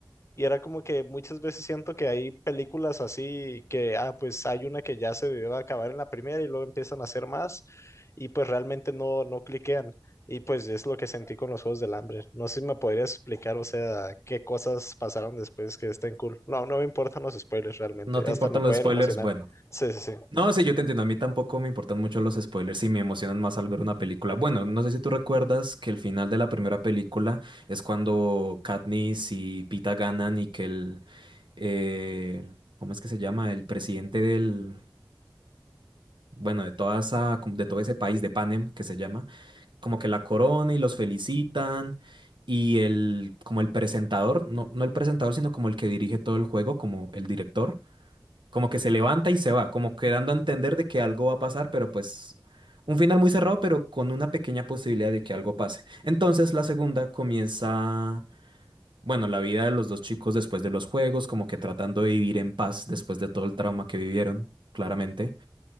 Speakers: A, on the left; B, on the right.
A: Y era como que muchas veces siento que hay películas así que, ah, pues hay una que ya se debió acabar en la primera y luego empiezan a hacer más y pues realmente no, no cliquean. Y pues es lo que sentí con los Juegos del Hambre. No sé si me podrías explicar, o sea, qué cosas pasaron después que estén cool. No, no me importan los spoilers realmente,
B: no te
A: hasta
B: importan
A: me pueden
B: los spoilers,
A: emocionar.
B: bueno.
A: Sí, sí, sí.
B: No, sí, yo te entiendo. A mí tampoco me importan mucho los spoilers y me emocionan más al ver una película. Bueno, no sé si tú recuerdas que el final de la primera película es cuando Katniss y Pita ganan y que el... eh, ¿cómo es que se llama? El presidente del, bueno, de toda esa, como de todo ese país de Panem que se llama, como que la corona y los felicitan y el, como el presentador, no, no el presentador, sino como el que dirige todo el juego, como el director, como que se levanta y se va, como que dando a entender de que algo va a pasar, pero pues un final muy cerrado, pero con una pequeña posibilidad de que algo pase. Entonces la segunda comienza... Bueno, la vida de los dos chicos después de los juegos, como que tratando de vivir en paz después de todo el trauma que vivieron, claramente.